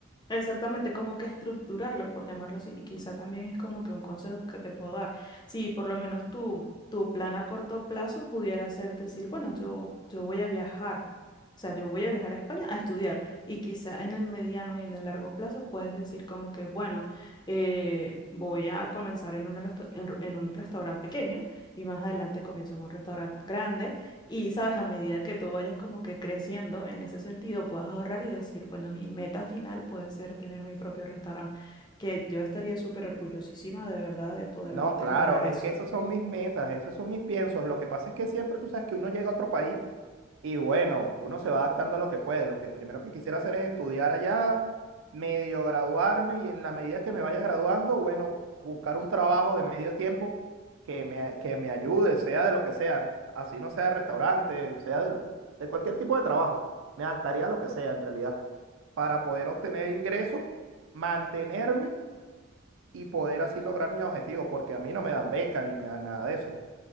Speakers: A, on the left (about 20°); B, on the right (about 80°).
A: Exactamente, como que estructurarlo, por llamarlo así, y quizá también es como que un consejo que te puedo dar. Si por lo menos tu, tu plan a corto plazo pudiera ser decir, bueno, yo, yo voy a viajar, o sea, yo voy a viajar a España a estudiar, y quizá en el mediano y en el largo plazo puedes decir como que, bueno, eh, voy a comenzar en un, resta- en en un restaurante pequeño y más adelante comienzo en un restaurante grande. Y sabes, a medida que tú vayas como que creciendo en ese sentido, puedas ahorrar y decir, bueno, mi meta final puede ser tener mi propio restaurante, que yo estaría súper orgullosísima de verdad de poder
B: No,
A: verte
B: claro,
A: lograr
B: es
A: eso.
B: que esas son mis metas, esos son mis piensos. Lo que pasa es que siempre tú sabes que uno llega a otro país Y bueno, uno se va adaptando a lo que puede. Lo que primero que quisiera hacer es estudiar allá, medio graduarme y en la medida que me vaya graduando, bueno, buscar un trabajo de medio tiempo que me, que me ayude, sea de lo que sea, así no sea de restaurante, sea del- de, cualquier tipo de trabajo. Me adaptaría a lo que sea en realidad, para poder obtener ingresos, mantenerme y poder así lograr mis objetivos, porque a mí no me dan becas ni me dan nada de eso.